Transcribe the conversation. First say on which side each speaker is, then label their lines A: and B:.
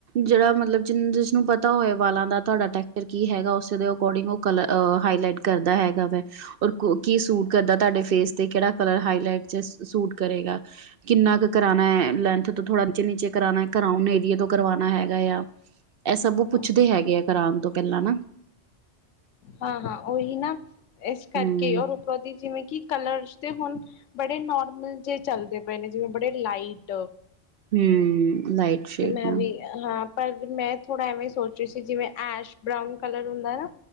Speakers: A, on the right; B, on the left.
A: ਜੇੜਾ ਮਤਲਬ ਜਿਨ ਜਿਸਨੂੰ ਪਤਾ ਹੋਏ ਵਾਲਾਂ ਦਾ ਤੁਆਡਾ ਟੈਕਚਰ ਕੀ ਹੈਗਾ ਓਸੇ ਦੇਓਂ ਅਕੋਡਿੰਗ ਓ ਕਲ ਹਾਈਲਾਈਟ ਕਰਦਾ ਹੈਗਾ ਵੈ। ਓਰ ਕੋ ਕੀ ਸੂਟ ਕਰਦਾ ਤੁਹਾਡੇ ਫੇਸ ਤੇ ਕੇੜਾ ਕਲਰ ਹਾਈਲਾਈਟ ਚ ਸੂਟ ਕਰੇਗਾ। ਕਿੰਨਾ ਕ ਕਰਾਨਾ ਐ ਲੈਂਥ ਤੋਂ ਥੋੜਾ ਨੀਚੇ-ਨੀਚੇ ਕਰਾਨਾ ਕਰਾਉਨ ਏਰੀਏ ਤੋਂ ਕਰਵਾਨਾ ਹੈਗਾ ਯਾ। ਐ ਸਬ
B: ਹੂੰ।
A: ਪੁੱਛਦੇ ਹੈਗੇ ਐ ਕਰਾਨ ਤੋਂ ਪੈਲਾਂ ਨਾ।
B: ਹਾਂ-ਹਾਂ ਓਹੀ ਨਾ ਏਸ ਕਰਕੇ
A: ਹੂੰ
B: ਔਰ ਉੱਪਰੋਂ ਦੀ ਜਿਵੇਂ ਕੀ ਕਲਰਸ ਤੇ ਹੁਨ ਬੜੇ ਨੋਰਮਲ ਜੇ ਚਲਦੇ ਪਏ ਨੇ ਜਿਵੇਂ ਬੜੇ ਲਾਈਟ।
A: ਹੂੰ, ਲਾਈਟ ਸ਼ੇਡ
B: ਤੇ ਮੈਂ
A: ਨਾ
B: ਵੀ ਹਾਂ, ਪਰ ਮੈਂ ਥੋੜ੍ਹਾ ਐਵੇਂ ਸੋਚ ਰਹੀ ਸੀ, ਜਿਵੇਂ ਐਸ਼ ਬਰਾਊਨ ਕਲਰ ਹੁੰਦਾ ਨਾ।